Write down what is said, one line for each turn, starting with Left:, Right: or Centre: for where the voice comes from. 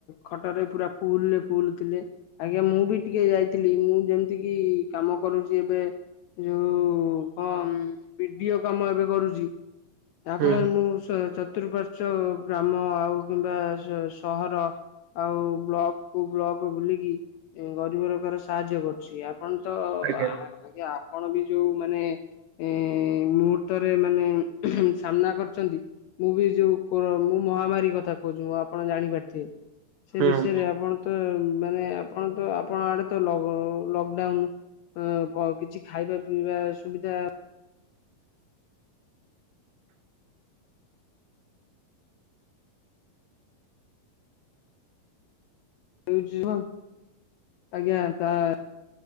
Left: ଖଟରେ ପୁରା ଫୁଲରେ ଫୁଲ ଥିଲେ। ଆଜ୍ଞା ମୁଁ ବି ଟିକେ ଯାଇଥିଲି ମୁଁ ଯେମତିକିି କାମ କରୁଚି ଏବେ ଏ ଯୋଉ କଣ ପିଡିଓ କାମ ଏବେ କରୁଚି। ଯାହା
Right: ହୁଁ
Left: ଫଳରେ ମୁଁ ସ ଚତୁପାର୍ ଚ ଗ୍ରାମ ଆଉ କିମ୍ବା ସ-ସହର ଆଉ ବ୍ଲକକୁ ବ୍ଲକ ବୁଲିକି ଏ ଗରିବ ଲୋକର ସାହାଯ୍ୟ କରୁଚି ଆ ଆପଣ ତ
Right: ଆଜ୍ଞା
Left: ଆ ଆଜ୍ଞା ଆପଣ ବି ଯୋଉ ମାନେ ଏ ମୁହୂର୍ତ୍ତରେ ମାନେ ସାମ୍ନା କରିଚନ୍ତି ମୁଁ ବି ଯୋଉ କୋରୋ ମୁଁ ମହାମାରୀ କଥା କୋହୁଚି ମୁଁ ଆପଣ ଜାଣିପାରିଥିବେ ସେ
Right: ହୁଁ। ଆଜ୍ଞା।
Left: ବିଷୟରେ ଆପଣ ତ ମାନେ ଆପଣ ତ ଆପଣ ଆଡେ ତ ଲଗ ଲଗଡାଉନ ଅଁ ପ କିଛି ଖାଇବା ପିଇବା ସୁବିଧା ହେଉଚି କ ଆଜ୍ଞା ତା